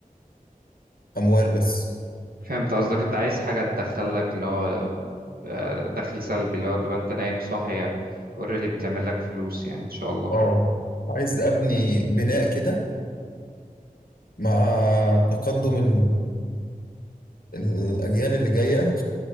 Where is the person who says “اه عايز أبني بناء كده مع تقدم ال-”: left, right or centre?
Left